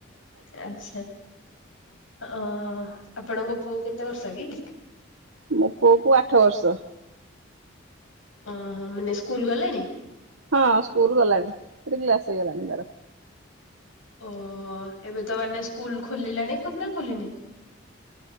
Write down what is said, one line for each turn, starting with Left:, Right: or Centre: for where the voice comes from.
Left: ଆଛା ଓ ହୋ ଆପଣଙ୍କ ପୁଅ କେତେ ବର୍ଷ କି?
Right: ମୋ ପୁଅ କୁ ଆଠ ବର୍ଷ।
Left: ଓ ହ ମାନେ ସ୍କୁଲ ଗଲେଣି?
Right: ହଁ ସ୍କୁଲ ଗଲାଣି ଥ୍ରି କ୍ଲାସ ହେଇଗଲାଣି ତାର।
Left: ଓହୋ ଏବେ ତ ମାନେ ସ୍କୁଲ ଖୋଲିଲାଣି ଖନା ଖୋଲିନି?